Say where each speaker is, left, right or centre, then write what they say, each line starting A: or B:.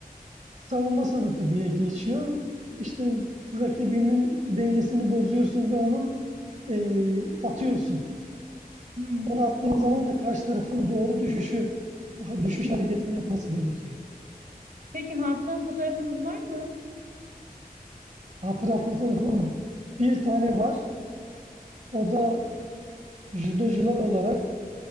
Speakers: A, on the right (about 50°); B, on the right (about 70°).
A: Savunma sanatı diye geçiyor. İşte rakibinin dengesini bozuyorsun ve onu eee, atıyorsun.
B: Hmm,
A: Onu attığın
B: anladım.
A: zaman da karşı tarafın doğru düşüşü, düşüş
B: <laughs>
A: hareketini yapması gerekiyor.
B: Peki hatıra fotoğrafınız var mı?
A: Hatıra fotoğrafım bir tane var. O da judocular olarak